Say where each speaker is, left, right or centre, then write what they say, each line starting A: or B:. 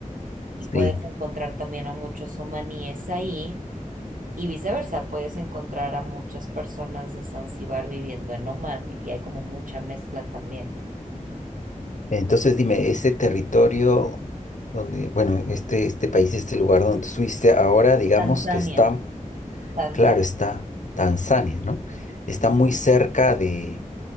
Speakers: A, on the right (about 80°); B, on the left (about 65°).
A: Y
B: Sí.
A: puedes encontrar también a muchos omaníes ahí y viceversa, puedes encontrar a muchas personas de Zanzíbar viviendo en Oman y hay como mucha mezcla también.
B: Entonces dime, ese territorio donde, bueno, este, este país, este lugar donde tú estuviste ahora, digamos
A: Tanzania,
B: que está,
A: Tanzania,
B: claro, está Tanzania, ¿no? Está muy cerca de,